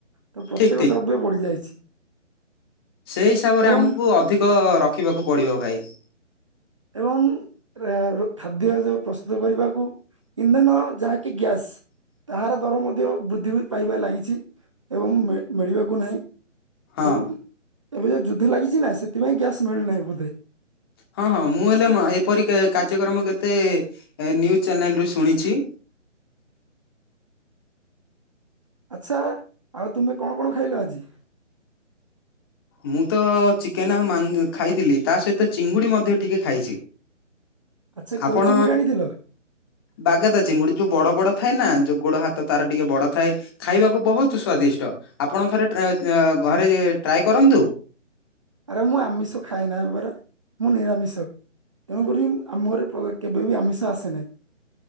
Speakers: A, on the right (about 25°); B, on the left (about 20°).
A: ତ ପ୍ରତ୍ୟେକ
B: ଠିକ ଠିକ
A: ଦ୍ରବ୍ୟ ବଢ଼ିଯାଇଛି।
B: ସେଇ ହିସାବରେ
A: ଏବଂ
B: ଆମକୁ ଅଧିକ ରଖିବାକୁ ପଡିବ ଭାଇ।
A: କମ ଆ ରୁ ଖାଦ୍ୟ ଯୋଉ ପ୍ରସ୍ତୁତ କରିବାକୁ ଇନ୍ଧନ ଯାହାକି ଗ୍ୟାସ ତାହାର ଦର ମଧ୍ୟ ବୃଦ୍ଧି ପାଇବାରେ ଲାଗିଛି। ଏବଂ ମିଳି ମିଳିବାକୁ ନାହିଁ।
B: ହଁ
A: ଏବଂ ଏବେ ଯୋଉ ଯୁଦ୍ଧ ଲାଗିଚି ନା ସେଥିପାଇଁ ଗ୍ୟାସ ମିଳୁନାହିଁ ବୋଧେ?
B: ହଁ ହଁ ମୁଁ ହେଲେ ମ ଏପରି କେ କାର୍ଯ୍ୟକ୍ରମ କେତେ ଏ ନ୍ୟୁଜ ଚ୍ୟାନେଲ ରୁ ଶୁଣିଛି।
A: ଆଚ୍ଛା ଆଉ ତୁମେ କଣ କଣ ଖାଇଲ ଆଜି?
B: ମୁଁ ତ ଚିକେନ ଆଉ ମାନ୍ ଖାଇଥିଲି ତା ସହିତ ଚିଙ୍ଗୁଡି ମଧ୍ୟ ଟିକେ ଖାଇଛି।
A: ଆଚ୍ଛା କେଉଁ
B: ଆପଣ
A: ଚିଙ୍ଗୁଡ଼ି ଆଣିଥିଲ
B: ବାଗାଦା ଚିଙ୍ଗୁଡି ଯୋଉ ବଡ ବଡ ଥାଏ ନା ଯୋଉ ଗୋଡ ହାତ ତାର ଟିକେ ବଡ ଥାଏ ଖାଇବାକୁ ବହୁତ ସ୍ଵାଦିଷ୍ଟ। ଆପଣ ଥରେ ଟ୍ରା ଏଁ ତ୍ ଆଁ ଘରେ ଟ୍ରାଏ କରନ୍ତୁ।
A: ଆରେ ମୁଁ ଆମିଷ ଖାଇ ନାଇଁ ପରା ମୁଁ ନିରାମିଷ। ତେଣୁକରି ଆମ ଘରେ ପ୍ର କେବେ ବି ଆମିଷ ଆସେ ନାହିଁ।